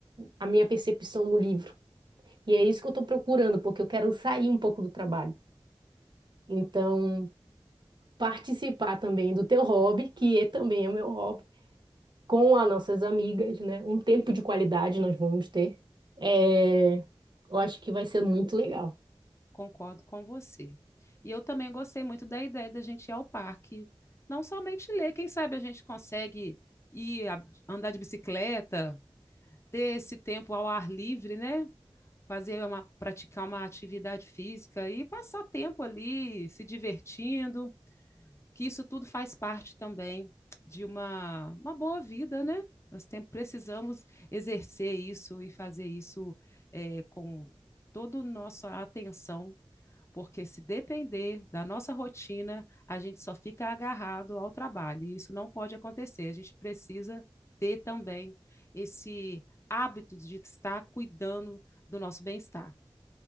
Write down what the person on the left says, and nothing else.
Concordo com você. E eu também gostei muito da ideia da gente ir ao parque, não somente ler, quem sabe a gente consegue ir a, andar de bicicleta, ter esse tempo ao ar livre, né? fazer uma, praticar uma atividade física e passar tempo ali se divertindo, que isso tudo faz parte também de uma, uma boa vida, né? Nós tem, precisamos exercer isso e fazer isso é, com toda a nossa atenção, porque se depender da nossa rotina, a gente só fica agarrado ao trabalho, e isso não pode acontecer. A gente precisa ter também esse hábito de estar cuidando do nosso bem-estar.